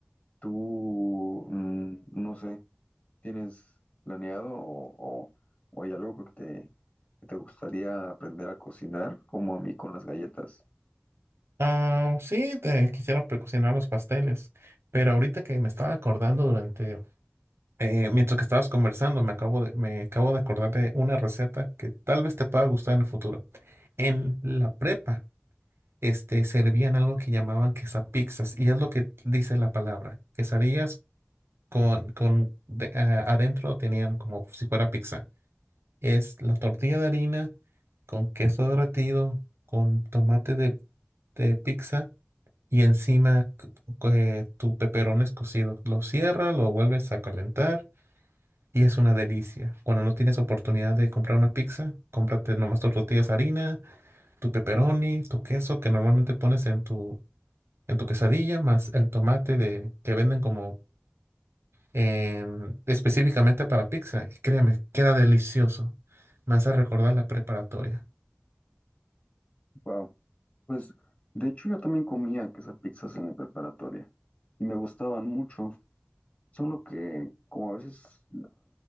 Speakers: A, on the left; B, on the right.
A: Tú, mm, no sé, ¿tienes planeado o, o- o hay algo que te, que te gustaría aprender a cocinar, como a mí con las galletas?
B: Ah, sí, te- quisiera precocinar los pasteles, pero ahorita que me estaba acordando durante, eh, mientras que estabas conversando, me acabo de, me acabo de acordar de una receta que tal vez te pueda gustar en el futuro. En la prepa, este, servían algo que llamaban quesapizzas, y es lo que dice la palabra, quesadillas con, con de- ah, adentro tenían como si fuera pizza. Es la tortilla de harina con queso derretido, con tomate de, de pizza y encima c- co- eh, tu peperón es cocido. Lo cierras, lo vuelves a calentar y es una delicia. Cuando no tienes oportunidad de comprar una pizza, cómprate nomás tus tortillas de harina, tu pepperoni, tu queso que normalmente pones en tu, en tu quesadilla, más el tomate de, que venden como en- específicamente para pizza. Y créeme, queda delicioso. Me hace recordar la preparatoria.
A: Wow. Pues, de hecho, yo también comía esas pizzas en la preparatoria y me gustaban mucho, solo que como a veces